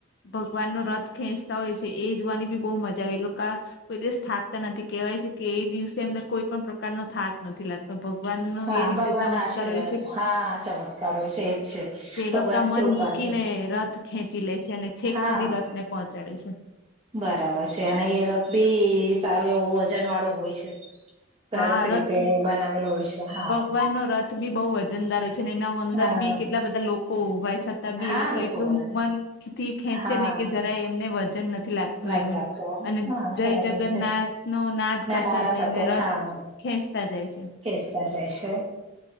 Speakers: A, on the left; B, on the right.
A: ભગવાનનોો રથ ખેંચતા હોય છે એ જોવાની બી બહુ મજા આવે એ લોકો કોઈ દિવસ થાકતા નથી કેવાય છે કે એ દિવસે એમને કોઈ પણ પ્રકારનો થાક નથી લાગતો તો ભગવાન નો
B: હા
A: એ રીતે
B: ભગવાન
A: ચમત્કાર
B: ના આશીર્વાદ
A: હોય છે
B: હા ચમત્કારો છે એજ છે
A: કે એ
B: ભગવાનની
A: લોકો મન
B: કૃપા
A: મૂકીને
B: છે
A: રથ ખેંચી લે છે અને છેક
B: હા
A: સુધી રથને પહોંચાડે છે
B: બરાબર છે અને એ રથ બી સારો એવો વજન વાળું હોય છે સરસ
A: હા રથ
B: રીતે બનાવેલો હોય છે હા
A: ભગવાન નો રથ બી બહુ વજનદારો છે ને એના અંદર
B: હા
A: બી કેટલા બધા લોકો ઉભય છે તોબી
B: હા
A: એ લોકો એટલું
B: પાસે
A: મનથી ખેંચે
B: હા
A: ને કે જરા એમને વજન નથી લાગત
B: નથી
A: એનું
B: રાખતો
A: અને
B: હા
A: જય
B: બરાબર
A: જગન્નાથ
B: છે
A: નો નાદ
B: ના
A: કરતા
B: નારા
A: જાયને
B: સાથે
A: રથ
B: હા
A: ખેંચતા જાય છે
B: ખેંચતા જાય છે